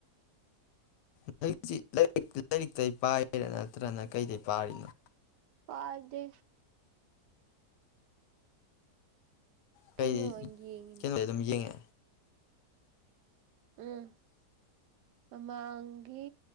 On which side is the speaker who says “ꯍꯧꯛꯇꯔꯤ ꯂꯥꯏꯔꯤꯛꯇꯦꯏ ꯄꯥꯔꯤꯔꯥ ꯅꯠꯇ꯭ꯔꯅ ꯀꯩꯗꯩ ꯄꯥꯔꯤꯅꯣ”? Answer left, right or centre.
Left